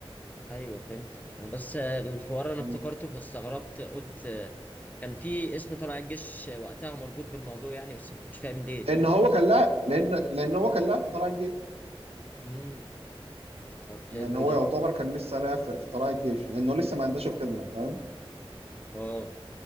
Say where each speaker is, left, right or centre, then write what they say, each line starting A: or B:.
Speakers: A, on the left (about 15°); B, on the right (about 85°).
A: ايوه فهمت انا بس آه، الحوار انا
B: م.
A: افتكرته فاستغربت قلت آه، كان في اسم طلع الجيش وقتها مربوط بالموضوع يعني بس ما كنتش فاهم ليه
B: لان هو كان لاعب لان لان هو كان لاعب في طلائع الجيش
A: امم طب
B: يعني
A: حلو
B: هو
A: ده
B: يعتبر كان لسه لاعب في في طلائع الجيش لانه لسه ما عندهاش الخدمه فاهم
A: اه